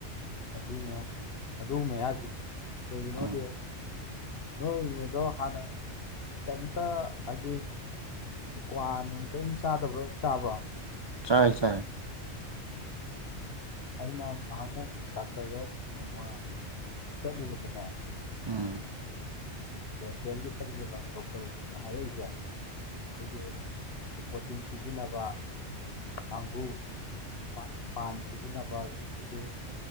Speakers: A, on the left (about 55°); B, on the right (about 45°).
A: ꯑꯗꯨꯅꯦ ꯑꯗꯨ ꯃꯌꯥꯖꯤꯅꯤ ꯀꯩꯒꯤꯅꯣꯗꯤ
B: ꯎꯝ
A: ꯅꯣꯏ ꯏꯅꯦꯗꯣ ꯍꯥꯟꯅ ꯀ꯭ꯌꯦꯝꯇ ꯍꯥꯏꯗꯤ ꯀ꯭ꯋꯥ ꯅꯨꯡ ꯀ‌꯭ꯌꯤꯝ ꯆꯥꯗꯕ꯭ꯔꯣ ꯆꯥꯕ꯭ꯔꯣ
B: ꯆꯥꯏ ꯆꯥꯏ
A: ꯎꯝ ꯑꯩꯅ ꯉꯍꯥꯟꯃꯨꯛ ꯗꯥꯛꯇꯔꯗ ꯅꯣꯡꯃ ꯆꯠꯂꯨꯕꯗꯅꯦ
B: ꯎꯝ
A: ꯗꯦꯟꯇꯦꯜꯒꯤ ꯆꯠꯂꯨꯕ ꯃꯇꯝ ꯗꯣꯛꯇꯔꯖꯤꯡꯅ ꯍꯥꯏꯔꯛꯏꯖꯦ ꯑꯩꯈꯣꯏꯒꯤ ꯂꯤꯀꯣꯇꯤꯟ ꯁꯤꯖꯤꯟꯅꯕ ꯀꯥꯡꯒꯨ ꯄꯥꯟ ꯄꯥꯟ ꯁꯤꯖꯤꯟꯅꯕ ꯗꯤ